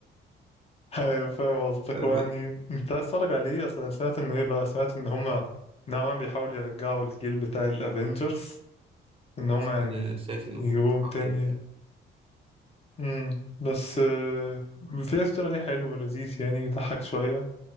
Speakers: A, on the left; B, on the right.
A: ايوه فاهم قصدك
B: انا
A: هو
B: بقى-
A: يعني انت عايز تتفرج عليه اصلا سمعت انه ايه بقى سمعت ان هما نوعا ما بيحاولوا يرجعوا الجيل بتاع الافينجرز ان هما يعني
B: أنا شايف انه
A: يجيبوهم
B: صعب
A: تاني
B: يعني.
A: امم بس آه، في استرا ليه حلو ولذيذ يعني يضحك شويه